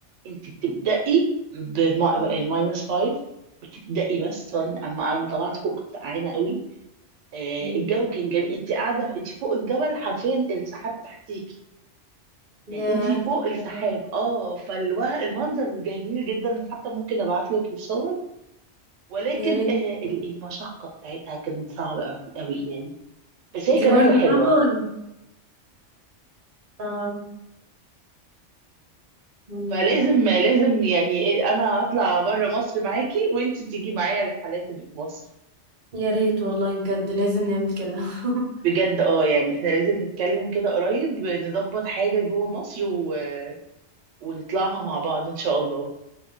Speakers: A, on the right; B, on the right.
A: انت بتبدأي بماينس
B: مم.
A: 5 بتبدأي بس اما على ما طلعت فوق كنت سقعانة قوي آه،
B: مم.
A: الجو كان جميل انت قاعدة انت فوق الجبل حرفيا السحاب تحتيكي
B: يا
A: يعني انت فوق
B: سبحان
A: السحاب
B: الله.
A: اه فالمنظر جميل جدا حتى ممكن ابعت لك الصور ولكن
B: يا ريت
A: آه، ال- المشقة بتاعتها كانت صعبة قوي قوي يعني بس هي
B: دي
A: كانت
B: برضو
A: رحلة حلوة
B: صعبة ولا اه مم.
A: فلازم لازم يعني إيه، انا هطلع بره مصر معاكي وانت تيجي معايا الرحلات اللي في مصر
B: يا ريت والله بجد لازم نعمل كده <laughs>
A: بجد اه يعني احنا لازم نتكلم كده قريب نظبط حاجة جوه مصر و... ونطلعها مع بعض ان شاء الله